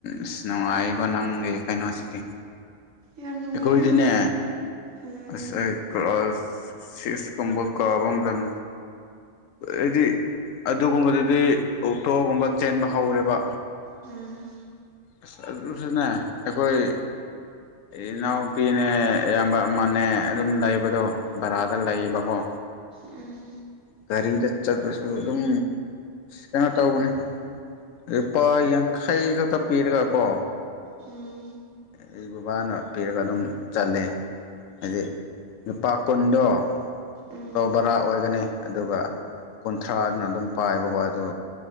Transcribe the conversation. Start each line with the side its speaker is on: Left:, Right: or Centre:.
Left: ꯏꯁ ꯅꯨꯡꯉꯥꯏꯀꯣ ꯅꯪꯒꯤ ꯀꯩꯅꯣꯁꯤꯗꯤ
Right: ꯌꯥꯝ ꯅꯨꯡꯉꯥꯏ
Left: ꯑꯩꯈꯣꯏꯗꯤꯅꯦ
Right: ꯎꯝ
Left: ꯑꯁ ꯑ <unintelligible> ꯁꯤꯁ ꯀꯨꯝꯕ ꯀꯥꯕꯝ ꯔ <unintelligible> ꯑꯩꯗꯤ ꯑꯗꯨꯒꯨꯝꯕꯗꯗꯤ ꯑꯣꯇꯣꯒꯨꯝꯕ ꯆꯦꯟꯕ ꯍꯧꯔꯦꯕ
Right: ꯑꯝ
Left: ꯑꯁ ꯑꯗꯨꯁꯨꯅꯦ ꯑꯩꯈꯣꯏ ꯏꯅꯥꯎꯄꯤꯅꯦ ꯏꯌꯥꯝꯕ ꯑꯃꯅꯦ ꯑꯗꯨꯝ ꯂꯩꯕꯗꯣ ꯚꯔꯥꯗ ꯂꯩꯌꯦꯕꯀꯣ
Right: ꯎꯝ
Left: ꯒꯥꯔꯤꯗ ꯆꯠꯄꯁꯨ ꯑꯗꯨꯝ ꯀꯩꯅꯣ ꯇꯧꯕꯅꯦ ꯂꯨꯄꯥ ꯌꯥꯡꯈꯩ ꯈꯛꯇ ꯄꯤꯔꯒ ꯀꯣ
Right: ꯎꯝ
Left: ꯑꯩ ꯕꯕꯥꯅ ꯄꯤꯔꯒ ꯑꯗꯨꯝ ꯆꯠꯂꯦ ꯍꯥꯏꯗꯤ ꯂꯨꯄꯥ ꯀꯨꯟꯗꯣ
Right: ꯎꯝ
Left: ꯑꯣꯇꯣ ꯕꯔꯥ ꯑꯣꯏꯒꯅꯤ ꯑꯗꯨꯒ ꯀꯨꯟꯊ꯭ꯔꯥꯗꯨꯅ ꯑꯗꯨꯝ ꯄꯥꯏꯕꯀꯣ ꯑꯗꯨ